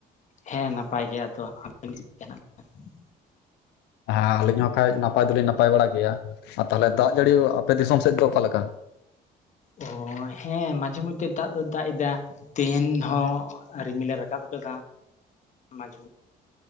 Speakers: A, on the left; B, on the left.
A: ᱦᱮᱸ ᱱᱟᱯᱟᱭ ᱜᱮ ᱟᱫᱚ <unintelligible>
B: ᱦᱟ ᱟᱹᱞᱤᱧ ᱦᱚᱸ ᱠᱷᱟᱡ ᱱᱟᱯᱟᱭ ᱫᱚᱞᱤᱧ ᱱᱟᱯᱟᱭ ᱵᱟᱲᱟ ᱜᱮᱭᱟ ᱟᱨ ᱛᱟᱦᱞᱮ ᱫᱟᱜᱽ ᱡᱟᱹᱲᱤ ᱟᱯᱮ ᱫᱤᱥᱚᱢ ᱥᱮᱜ ᱫᱚ ᱚᱠᱟ ᱞᱮᱠᱟ᱾
A: ᱚ ᱦᱮᱸ ᱢᱟᱡᱷᱮ ᱢᱚᱡᱽᱫᱷᱮ ᱫᱟᱜ ᱫᱚᱭ ᱫᱟᱜ ᱮᱫᱟ ᱛᱮᱦᱮᱱ ᱦᱚᱸ ᱨᱤᱢᱤᱞᱮ ᱨᱟᱠᱟᱵ ᱠᱟᱫᱟ <unintelligible>